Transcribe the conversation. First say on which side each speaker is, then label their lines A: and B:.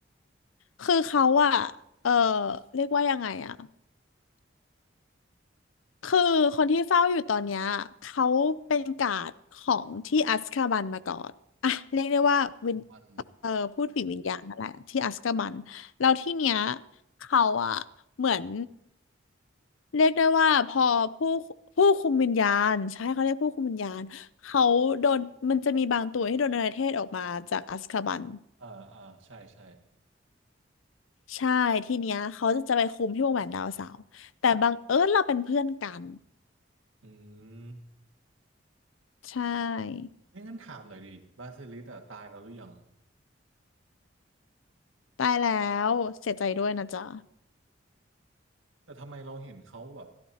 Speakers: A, on the left (about 80°); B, on the right (about 85°).
A: คือเขาอะเออเรียกว่ายังไงอะ คือคนที่เฝ้าอยู่ตอนเนี้ยเขาเป็นการ์ดของที่อัซคาบันมาก่อนอ่ะเรียกได้ว่าวิน
B: วัน
A: เอ่อพูดผีวิญญาณนั่นแหละที่อัซคาบันแล้วที่เนี้ยเขาอะเหมือนเรียกได้ว่าพอผู้ผู้คุมวิญญาณใช่เขาเรียกผู้คุมวิญญาณเขาโดนมันจะมีบางตัวที่โดนอนาเทศออกมาจากอัซคาบัน
B: อ่าอ่าใช่ใช่
A: ใช่ที่เนี้ยเขาจะไปคุมที่วงแหวนดาวเสาร์แต่บังเอิญเราเป็นเพื่อนกัน
B: อืม
A: ใช่
B: ไม่งั้นถามหน่อยดิบาซิลิสอ่ะตายแล้วหรือยัง
A: ตายแล้วเสียใจด้วยนะจ๊ะ
B: แต่ทำไมเราเห็นเขาแบบ